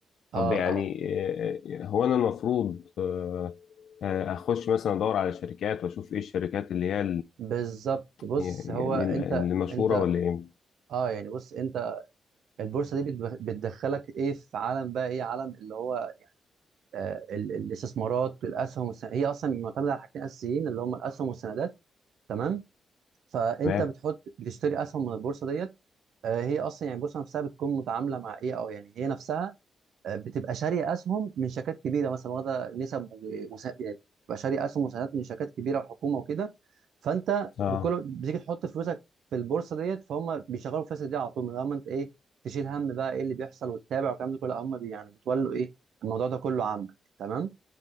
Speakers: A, on the left (about 70°); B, on the right (about 75°).
A: طب
B: اه
A: يعني
B: اه
A: آه، آه، هو انا المفروض آه، آه، اخش مثلا ادور على شركات واشوف ايه الشركات اللي هي
B: بالظبط بص
A: يعني
B: هو
A: يعني
B: انت
A: ال- المشهورة
B: انت
A: ولا ايه
B: اه يعني بص انت البورصه دي بتدخ- بتدخلك ايه في عالم بقى ايه عالم اللي هو يعني آه ال- الاستثمارات والاسهم والسن... هي اصلا معتمده على حاجتين اساسيين اللي هم الاسهم والسندات تمام فانت
A: تمام
B: بتحط بتشتري اسهم من البورصه ديت آه، هي اصلا يعني البورصه نفسها بتكون متعامله مع ايه او يعني هي نفسها آه، بتبقى شاريه اسهم من شركات كبيره مثلا واخده نسب و- وس... يعني بتبقى شاريه اسهم وسهامات من شركات كبيره وحكومه وكده فانت
A: اه
B: بكل بتيجي تحط فلوسك في البورصه ديت فهم بيشغلوا فلوسك دي على طول من غير ما انت ايه تشيل هم بقى ايه اللي بيحصل وتتابع والكلام ده كله لا، هم بي يعني بتولوا ايه الموضوع ده كله عنك تمام